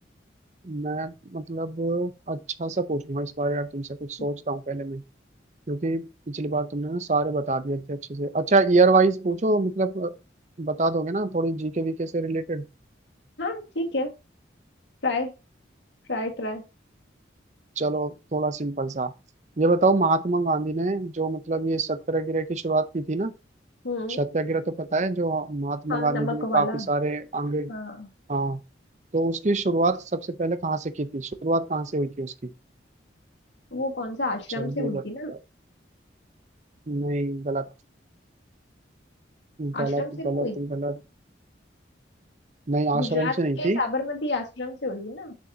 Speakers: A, on the right; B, on the left.
A: मैं मतलब अच्छा सा पूछूंगा इस बारे यार तुमसे कुछ सोचता
B: हम्म।
A: हूँ पहले मैं क्योंकि पिछली बार तुमने ना सारे बता दिए थे अच्छे से अच्छा ईयर वाइज पूछो मतलब बता दोगे ना थोड़ी जीके वीके से रिलेटेड
B: हाँ ठीक है ट्राई Try try
A: चलो थोड़ा सिंपल सा ये बताओ महात्मा गांधी ने जो मतलब ये सत्याग्रह की शुरुआत की थी ना
B: हम्म
A: सत्याग्रह तो पता है जो महात्मा
B: हाँ
A: गांधी
B: नमक
A: जी ने
B: वाला
A: काफी सारे आंगे
B: हाँ
A: हाँ तो उसकी शुरुआत सबसे पहले कहाँ से की थी शुरुआत कहाँ से हुई थी उसकी
B: वो कौन सा आश्रम
A: जल्दी
B: से हुई
A: बताओ
B: थी ना
A: नहीं गलत गलत
B: आश्रम से नहीं
A: गलत
B: हुई थी
A: गलत नहीं आश्रम
B: गुजरात
A: से नहीं
B: के
A: थी
B: साबरमती आश्रम से हुई थी ना